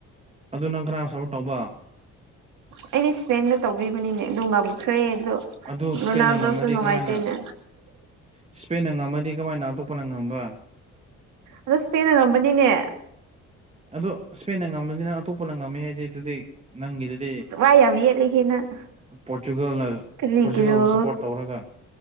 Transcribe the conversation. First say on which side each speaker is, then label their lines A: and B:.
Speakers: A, on the right; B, on the right.
A: ꯑꯗꯨ ꯅꯪ ꯀꯅꯥ ꯁꯞꯄꯣꯔꯠ ꯇꯧꯕ
B: ꯑꯩꯗꯤ ꯏꯁꯄꯦꯟꯗ ꯇꯧꯕꯤꯕꯅꯤꯅꯦ ꯑꯗꯨ ꯉꯝꯈ꯭ꯔꯦ ꯑꯗꯨ
A: ꯑꯗꯨ ꯏꯁꯄꯦꯟꯅ
B: ꯔꯣꯅꯥꯜꯗꯣꯁꯨ
A: ꯉꯝꯃꯗꯤ
B: ꯅꯨꯡꯉꯥꯏꯇꯦꯅꯦ
A: ꯀꯃꯥꯏꯅ ꯏꯁꯄꯦꯟꯅ ꯉꯝꯃꯗꯤ ꯀꯃꯥꯏꯅ ꯑꯗꯨ ꯄꯅ ꯉꯝꯕ
B: ꯑꯗꯣ ꯏꯁꯄꯦꯟꯅ ꯉꯝꯕꯅꯤꯅꯦ
A: ꯑꯗꯣ ꯏꯁꯄꯦꯟꯅ ꯉꯝꯃꯅꯤꯅ ꯑꯇꯣꯞꯄꯅ ꯉꯝꯃꯦ ꯍꯥꯏꯗꯤ ꯑꯗꯨꯗꯤ ꯅꯪꯒꯤꯗꯨꯗꯤ
B: ꯋꯥ ꯌꯥꯝ ꯌꯦꯠꯂꯦ ꯍꯦ ꯅꯪ
A: ꯄꯣꯔꯆꯨꯒꯜꯅ
B: ꯀꯔꯤꯒꯤꯔꯣ
A: ꯄꯣꯔꯆꯨꯒꯜꯕꯨ ꯁꯞꯄꯣꯔꯠ ꯇꯧꯔꯒ